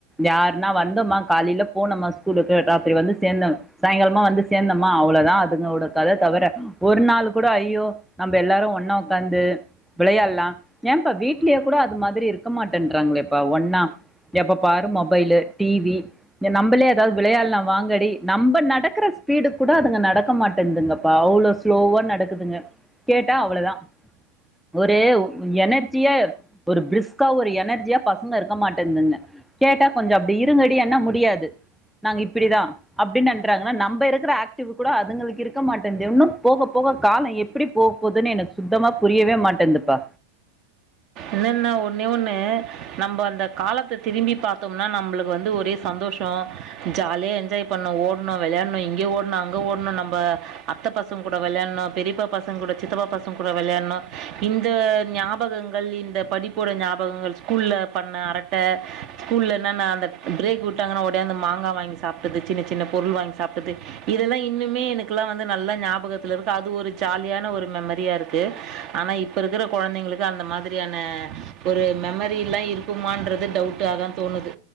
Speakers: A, in the centre; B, on the right (about 40°).
A: யாருன்னா வந்தோம்மா காலில போனோமா ஸ்கூலுக்கு ராத்திரி வந்து சேரந்தோ சாயங்காலமா வந்து சேந்தோம்மா அவ்ளவுதான் அதுங்கட கத தவிர ஒரு நாள் கூட ஐயோ நம்ம எல்லாரும் ஒண்ணா உக்காந்து விளையால்லாம் ஏன் பா வீட்லயே கூட அது மாதிரி இருக்க மாட்டேன்றாங்களே ப்ப ஒன்னா எப்ப பாரு மொபைலு டிவி நம்மளே ஏதாவது விளையால்லாம் வாங்கடி நம்ம நடக்கிற ஸ்பீடு கூட அதுங்க நடக்க மாட்டேதுங்கப்பா அவ்வளோ ஸ்லோவா நடக்குதுங்க கேட்டா அவ்வளவுதான் ஒரு எனர்ஜியா ஒரு பிரிஸ்க்கா ஒரு எனர்ஜியா பசங்க இருக்க மாட்டந்துங்க கேட்டா கொஞ்சம் அப்படி இருங்கடி என்னா முடியாது நாங்க இப்படிதான் அப்படின்னு நன்றாங்கன்னா நம்ம இருக்கிற ஆக்டிவ் கூட அதுங்களுக்கு இருக்க மாட்டேங்து இன்னும் போக போக காலம் எப்படி போ போதுன்னு எனக்கு சுத்தமா புரியவே மாட்டந்துப்பா
B: என்னன்னா ஒன்னே ஒண்ணு நம்ம அந்த காலத்த திரும்பி பாத்தோம்னா நம்மளுக்கு வந்து ஒரே சந்தோஷம் ஜாலியா என்ஜாய் பண்ணும் ஓனும் விளையாணும் இங்க ஓணும் அங்க ஓணும் நம்ம அத்த பசங்க கூட விளையாடணும் பெரியப்பா பசங்க கூட சித்தப்பா பசங்க கூட விளையாணும் இந்த ஞாபகங்கள் ஞாபகங்கள் படிப்போட ஞாபகங்கள் ஸ்கூல்ல பண்ண அரட்ட ஸ்கூல்ல என்ன்னா பிரேக் விட்டாங்கனா ஓடியாந்து மாங்கா வாங்கி சாப்பிட்டது சின்ன சின்ன பொருள் வாங்கி சாப்டது இதெல்லாம் இன்னுமே எனக்குலா நல்ல ஞாபத்தில இருக்கு அது ஒரு ஜாலியான ஒரு மெமரியா இருக்கு ஆனா இப்ப இருக்கிற கொழந்தைங்களுக்கு அந்த மாதிரி ரியான ஒரு மெமரி எல்லாம் இருக்குமான்றது டவுட் அதான் தோணுது